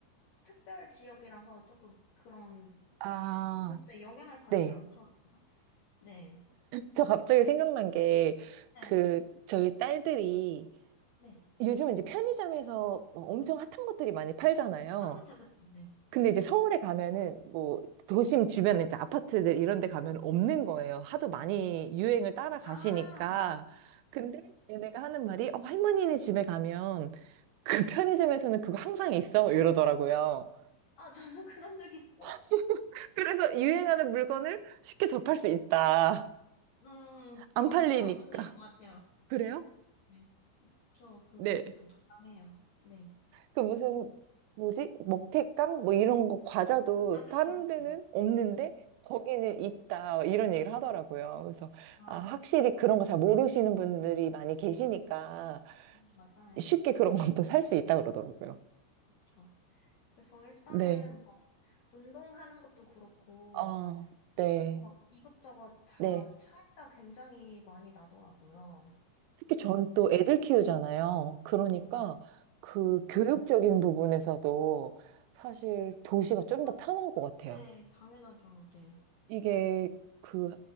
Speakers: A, on the left; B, on the right.
A: 특별 지역이라서 조금 그런,
B: 아,
A: 근데 영향을 받지
B: 네.
A: 않더라고요. 네.
B: 저 갑자기 생각난 게,
A: 네.
B: 그, 저희 딸들이
A: 네.
B: 요즘은 이제 편의점에서 뭐 엄청 핫한 것들이 많이 팔잖아요.
A: 아, 그쵸, 그쵸. 네.
B: 근데 이제 서울에 가면은 뭐 도심 주변에 이제 아파트들 이런 데 가면 없는 거예요. 하도 많이 유행을 따라가시니까.
A: 아, 네.
B: 근데 얘네가 하는 말이 어, 할머니네 집에 가면 그 <laughs> 편의점에서는 그거 항상 있어 이러더라고요.
A: 아, 저도 <laughs> 그런 적 있어.
B: <laughs> 그래서 유행하는 물건을 쉽게 접할 수 있다.
A: 음,
B: 안
A: 어,
B: 팔리니까.
A: 그거 맞는 것 같아요.
B: 그래요?
A: 네. 저 그거
B: 네.
A: 약간 동감해요. 네.
B: 그 무슨 뭐지? 먹태깡 뭐 이런 거 과자도
A: 아, 그쵸,
B: 다른
A: 그쵸.
B: 데는 없는데 거기는
A: 네.
B: 있다 이런 얘기를 하더라고요. 그래서
A: 아,
B: 아 확실히 그런 거 잘 모르시는 분들이 많이 계시니까
A: 맞아요.
B: 쉽게 그런 건 또 살 수 있다 그러더라고요.
A: 저. 그래서 일단은
B: 네.
A: 막 운동하는 것도 그렇고
B: 아, 네.
A: 막 이것저것 다
B: 네.
A: 차이가 굉장히 많이 나더라고요.
B: 특히 전 또 애들 키우잖아요. 그러니까
A: 네네.
B: 그 교육적인 부분에서도 사실 도시가 좀
A: 아,
B: 더 편한 것 같아요.
A: 네, 당연하죠. 네.
B: 이게 그